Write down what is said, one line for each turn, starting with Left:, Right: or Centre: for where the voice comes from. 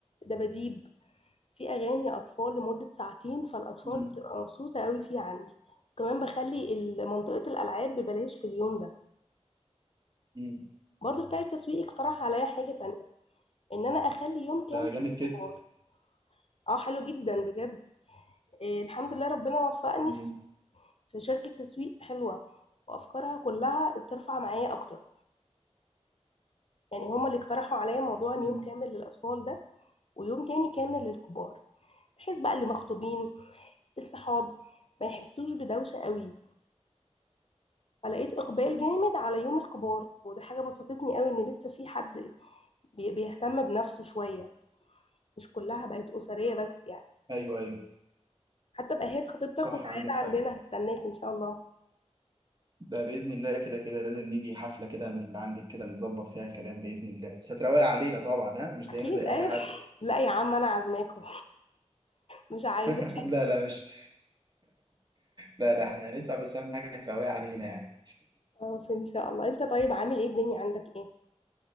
Left: دباديب في اغاني اطفال لمده ساعتين فالاطفال
Right: مم.
Left: بتبقى مبسوطه قوي فيه عندي وكمان بخلي ال- منطقه الالعاب ببلاش في اليوم ده
Right: مم.
Left: برضو بتاع التسويق اقترح عليا حاجه تانية ان انا اخلي يوم كامل
Right: ده جامد
Left: للكبار
Right: جدا
Left: اه حلو جدا بجد آه، الحمد لله ربنا وفقني
Right: مم.
Left: في شركة تسويق حلوة وأفكارها كلها ترفع معايا أكتر يعني هما اللي اقترحوا عليا موضوع إن
Right: مم.
Left: يوم كامل للأطفال ده ويوم تاني كامل للكبار بحيث بقى اللي مخطوبين الصحاب ما يحسوش بدوشة قوي فلقيت إقبال
Right: مم.
Left: جامد على يوم الكبار وده حاجة بسطتني قوي إن لسه في حد بي- بيهتم بنفسه شوية مش كلها بقت أسرية بس يعني
Right: ايوه ايوه
Left: حتى بقى خطيبتك
Right: صح
Left: وتعالى
Right: عندك حق
Left: عندنا هستناك إن شاء الله
Right: ده بإذن الله كده كده لازم نيجي حفلة كده من اللي عندك كده نظبط فيها الكلام بإذن الله ستراوي علينا طبعا ها مش زينا
Left: أكيد
Right: زي
Left: أيوه
Right: أي حد
Left: <laughs> لا يا عم أنا عازماكم مش عايزة
Right: <laughs> لا لا مش لا لا احنا هندفع بس أهم حاجة تراوي علينا يعني
Left: خلاص ان شاء الله انت طيب عامل ايه الدنيا عندك ايه